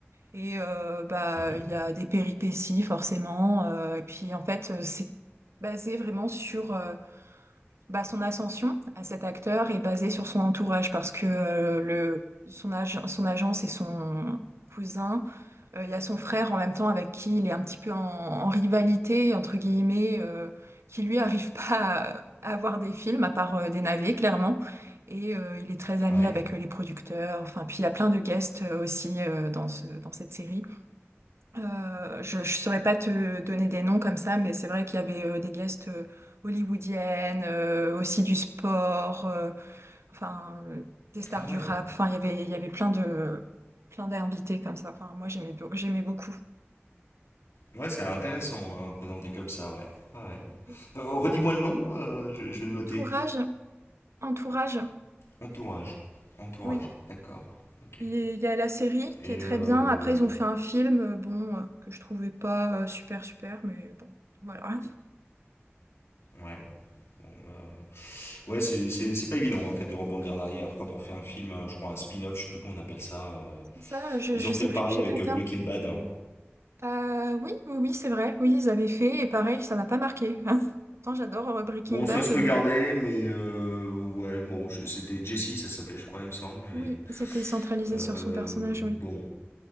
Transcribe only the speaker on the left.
mhm,
Ouais.
Ah ouais.
Ouais, c'est intéressant, hein, présenté comme ça, ouais. Ouais, ouais.
Euh, redis-moi le nom, euh, je, je vais le noter.
Entourage. Entourage,
d'accord. Ok.
Et
euh...
Ouais, bon bah... Ouais, c'est c'est- c'est pas évident en fait de rebondir derrière quand on fait un film, euh, je crois un spin-off, je sais plus comment on appelle ça. euh,
Ils
ont fait
le
pareil
avec
euh,
Breaking Bad.
Bon,
ça se regardait,
mais euh, ouais, bon, je- c'était Jesse, ça s'appelait, je crois, il me semble. Et,
euh,
bon,